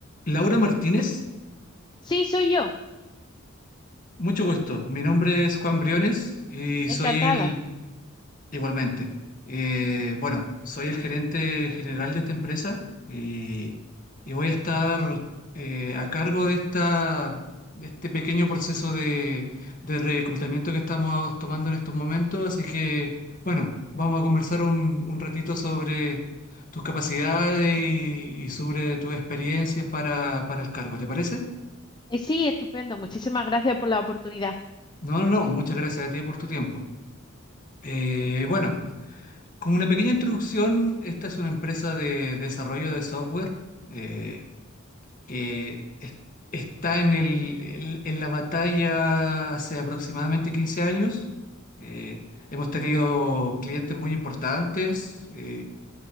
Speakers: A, on the left; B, on the left.
A: Laura Martínez,
B: Sí, soy yo.
A: mucho gusto. Mi nombre es Juan Briones y soy
B: Encantada.
A: el, igualmente, eh, bueno, soy el gerente general de esta empresa y, y voy a estar eh, a cargo de esta, de este pequeño proceso de, de reclutamiento que estamos tomando en estos momentos. Así que, bueno, vamos a conversar un, un ratito sobre tus capacidades y, y sobre tus experiencias para, para el cargo. ¿Te parece?
B: Eh, sí, estupendo. Muchísimas gracias por la oportunidad.
A: No, no, no, muchas gracias a ti por tu tiempo. Eh, bueno, como una pequeña introducción, esta es una empresa de desarrollo de software eh,
B: ¿Mm?
A: que es- está en el- el- en la batalla hace aproximadamente 15 años. Eh, hemos tenido clientes muy importantes, eh,